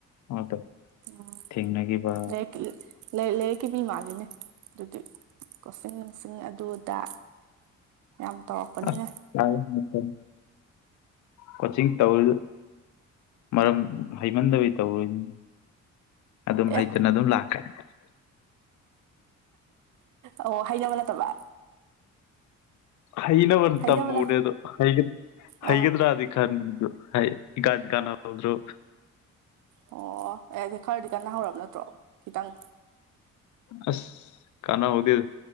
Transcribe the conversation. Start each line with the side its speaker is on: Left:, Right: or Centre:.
Left: ꯑꯃꯇ
Right: ꯎꯝ
Left: ꯊꯦꯡꯅꯈꯤꯕ
Right: ꯂꯩ ꯂꯥꯏꯔꯤꯛ ꯂꯥꯏꯔꯤꯛꯀꯤ ꯃꯤ ꯃꯥꯜꯂꯤꯅꯦ ꯑꯗꯨꯗꯤ ꯀꯣꯆꯤꯡ ꯅꯨꯡꯆꯤꯡ ꯑꯗꯨ ꯑꯗꯥ ꯌꯥꯝ ꯇꯧꯔꯛꯄꯅꯤꯅ
Left: ꯑꯁ ꯂꯥꯏꯕ ꯃꯇꯝ ꯀꯣꯆꯤꯡ ꯇꯧꯔꯤ ꯃꯔꯝ ꯍꯩꯃꯟꯗꯕꯩ ꯇꯧꯔꯣꯏꯅꯤꯅꯦ ꯑꯗꯨꯝ
Right: ꯑꯦ
Left: ꯍꯩꯇꯅ ꯑꯗꯨꯝ ꯂꯥꯛꯈ꯭ꯔꯦ
Right: ꯑꯣ ꯍꯩꯅꯕ ꯅꯠꯇꯕ
Left: ꯍꯩꯅꯕꯅ
Right: ꯍꯩꯅꯕ
Left: ꯇꯝꯃꯨꯕꯅꯦ ꯑꯗꯨ ꯍꯩꯒ ꯍꯩꯒꯗ꯭ꯔꯗꯤ
Right: ꯑꯥ
Left: ꯈꯟꯕꯅꯤ ꯑꯗꯨ ꯍꯥꯏꯗꯤ ꯏꯀꯥꯟ ꯀꯥꯟꯅꯍꯧꯗ꯭ꯔꯕ
Right: ꯑꯣ ꯑꯦ ꯑꯗꯨ ꯈꯔꯗꯤ ꯀꯥꯟꯅ ꯍꯧꯔꯕ ꯅꯠꯇ꯭ꯔꯣ ꯈꯤꯇꯪ
Left: ꯑꯁ ꯀꯥꯟꯅꯍꯧꯗꯦꯗ